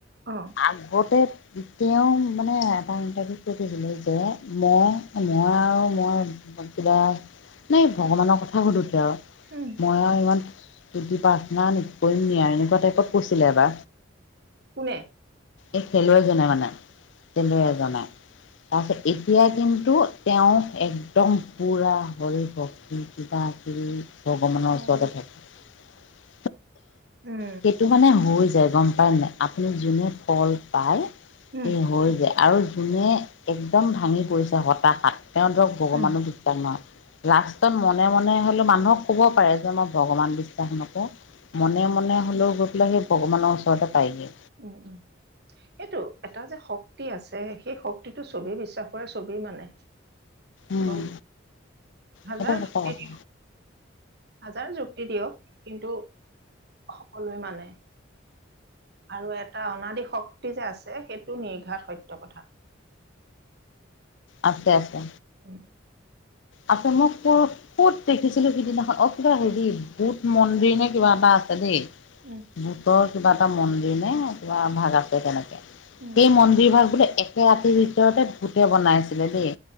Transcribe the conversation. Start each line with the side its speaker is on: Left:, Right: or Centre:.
Right: অ
Left: আগতে তেওঁ মানে এটা ইণ্টাৰভিউত কৈ থৈছিলে যে মই মই আৰু মই কিবা নাই ভগৱানৰ কথা সুধোতে আৱ
Right: উম
Left: মই আৱ ইমান তুতি পাৰ্থনা নি নকইমে আৱ এনেকুৱা টাইপত কৈ ছিলে এবা
Right: কোনে
Left: এই খেলুৱৈজনে মানে খেলুৱৈ এজনে তাপিছত এতিয়া কিন্তু তেওঁ একদম পুৰা হৰি ভক্তি কিবা কিবি ভগৱানৰ
Right: উম
Left: ওচৰতে থাকে
Right: উম
Left: সেইটো মানে হৈ যায় গম পায় নাই আ আপুনি যোনে ফল পায়
Right: উম
Left: সি হৈ যায় আৰু যোনে একদম ভাঙি পৰিছে হতাশাত তেওঁ ধৰক ভগৱানো
Right: উম
Left: বিশ্বাস নহয় লাষ্টত মনে মনে হ'লেও মানুহক ক'ব পাৰে যে মই ভগৱান বিশ্বাস নকৰোঁ মনে মনে হ'লেও গৈ লে ভগৱানৰ ওচৰতে পাইগে
Right: উম উম সেইটো এটা যে শক্তি আছে সেই শক্তিটো চবেই বিশ্বাস কৰে চবেই মানে
Left: উম
Right: গ হাজাৰ
Left: সেইটো সঁচা
Right: যুক্তি
Left: কথা
Right: দিয়ক হাজাৰ যুক্তি দিয়ক কিন্তু সকলোৱে মানে। আৰু এটা অনাদি শক্তি যে আছে সেইটো নিৰ্ঘাত সত্য কথা।
Left: আছে, আছে।
Right: উম,
Left: আছে, মই ক- ক'ত দেখিছিলো সিদিনাখন? অ- কিবা হেৰি বুধ মন্দিৰ নে কিবা এটা আছে দেই।
Right: উম,
Left: মো-পা কিবা এটা মন্দিৰ নে কিবা এভাগ আছে, তেনেকে।
Right: উম,
Left: সেই মন্দিৰ ভাগ বোলে একে ৰাতিৰ ভিতৰতে ভুতে বনাইছিলে দেই।